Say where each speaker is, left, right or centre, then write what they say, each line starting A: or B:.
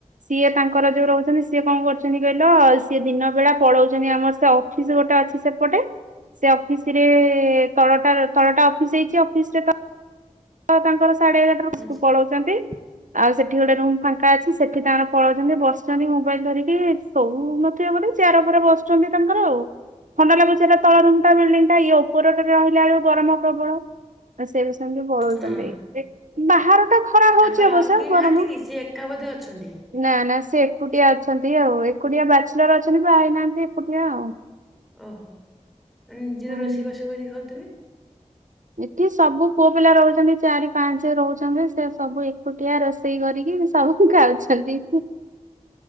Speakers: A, on the right (about 75°); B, in the centre.
A: ସିଏ ତାଙ୍କର ଯୋଉ ରହୁଛନ୍ତି, ସିଏ କଣ କରୁଛନ୍ତି କହିଲ ସିଏ ଦିନ ବେଳା ପଳଉଛନ୍ତି, ଆମର ସେ ଅଫିସ ଗୋଟେ ଅଛି, ସେପଟେ ସେ ଅଫିସ ରେ ତଳଟା, ତଳଟା ଅଫିସ ହେଇଛି, ଅଫିସରେ ତ ତ ତାଙ୍କର ସାଢେ ଏଗାରଟା ରୁ
B: ଆଚ୍ଛା
A: ସେ ପଳଉଛନ୍ତି, ଆଉ ସେଠ ଏଠି ଗୋଟେ ରୁମ ଫାଙ୍କା ଅଛି, ସେଠି ତାଙ୍କର ପଳଉଛନ୍ତି, ବସୁଛନ୍ତି, ମୋବାଇଲ ଧରିକି ସୋଉ ନଥିବେ ବୋଧେ ଚେୟାର ଉପରେ ବସୁଛନ୍ତି, ତାଙ୍କର ଆଉ ଥଣ୍ଡା ଲାଗୁଚି, ହେଟା ତଳ ରୁମ ଟା ବିଲଡିଙ୍ଗ ଟା ଇଏ ଉପରଟାରେ ରହିଲା ବେଳକୁ ଗରମ ପ୍ରବଳ, ସେ ବି ସେମିତି <inaudible>
B: ହଁ
A: ବାହାର ଟା ଖରା ହଉଛି
B: ତାଙ୍କର
A: ଅବଶ୍ୟ
B: ଆଉ କେହି
A: ଗରମ।
B: ନାହାନ୍ତି, କି ସେ ଏକବୋଧେ ଅଛନ୍ତି।
A: ନା ନା ସେ ଏକୁଟିଆ ଅଛନ୍ତି, ଆଉ ଏକୁଟିଆ ବ୍ୟାଚେଲର ଅଛନ୍ତି, ବାହା ହେଇନାହାନ୍ତି, ଏକୁଟିଆ ଆଉ।
B: ଓହୋ, ନିଜେ
A: ହୁଁ।
B: ତ ରୋଷେଇ ବାସ କରିକି ଖାଉଥିବେ।
A: ଏଠି ସବୁ ପୁଅ ପିଲା ରହୁଛନ୍ତି, ଚାରି ପାଞ୍ଚ ରହୁଛନ୍ତି, ସେ, ସବୁ ଏକୁଟିଆ ରୋଷେଇ କରିକି ସବୁ ଖାଉଛନ୍ତି।